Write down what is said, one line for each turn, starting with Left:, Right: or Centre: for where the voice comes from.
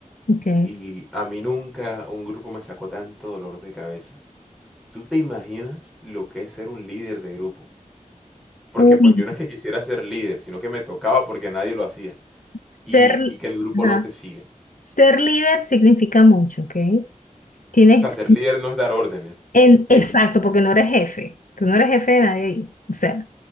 Left: ok.
Centre: y a mí nunca un grupo me sacó tanto dolor de cabeza. ¿Tú te imaginas lo que es ser un líder de grupo? Porque
Left: Uy,
Centre: pues yo no es que quisiera ser líder, sino que me tocaba porque nadie lo hacía.
Left: ser,
Centre: Y, y que el grupo
Left: ajá,
Centre: no te sigue.
Left: ser líder significa mucho, ¿ok? Tienes,
Centre: O sea, ser líder no es dar órdenes.
Left: en,
Centre: Es,
Left: exacto, porque no eres jefe. Tú no eres jefe de nadie ahí. O sea,